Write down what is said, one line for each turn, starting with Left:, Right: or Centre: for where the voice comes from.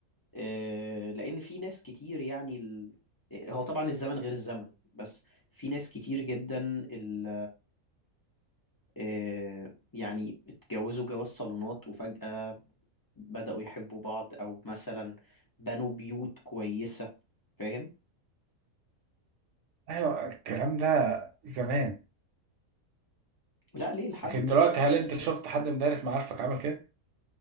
Left: آه، لأن في ناس كتير يعني ال... هو طبعا الزمن غير الزمن بس في ناس كتير جدا ال... آه، يعني اتجوزوا جواز صالونات وفجأة بدأوا يحبوا بعض أو مثلا بنوا بيوت كويسة فاهم
Right: أيوة الكلام ده زمان
Left: لا ليه لحد
Right: لكن
Left: دلوقتي
Right: دلوقتي هل
Left: في
Right: انت
Left: ناس
Right: شفت حد من دايرة معارفك عمل كده؟